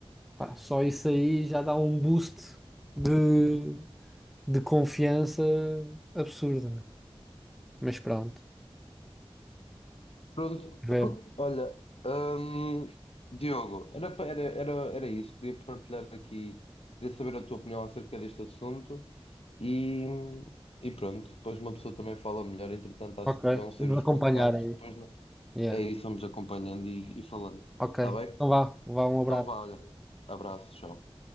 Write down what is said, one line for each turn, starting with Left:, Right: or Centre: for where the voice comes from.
Centre: Pá, só isso aí já dá um boost de, de confiança absurdo, né? Mas pronto,
Left: Pronto,
Centre: ver.
Left: <coughs> olha, hum, Diogo, era, pa- era, era, era isso. Queria partilhar aqui, queria saber a tua opinião acerca deste assunto e, e pronto, depois uma pessoa também fala melhor. Entretanto, acho
Centre: Ok,
Left: que vão ser
Centre: vamos
Left: os
Centre: acompanhar
Left: convocados.
Centre: aí.
Left: Depois nós-
Centre: Yeah.
Left: é isso, vamos acompanhando e, e falando.
Centre: Ok,
Left: Está bem?
Centre: então vá, vá, um abraço.
Left: Então vá, olha, abraço, tchau.